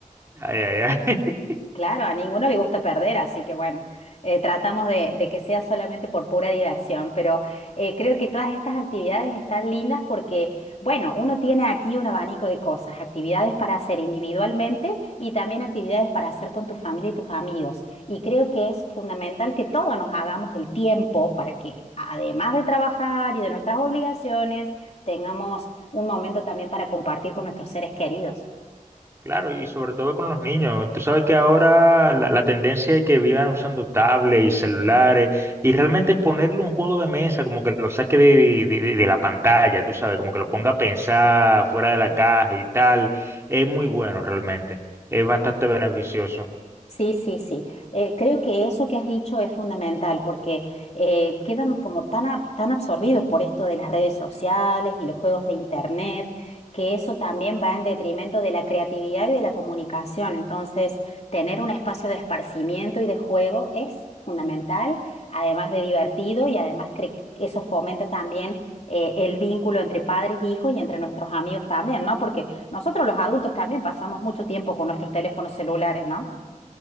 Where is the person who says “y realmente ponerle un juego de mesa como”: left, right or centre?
Right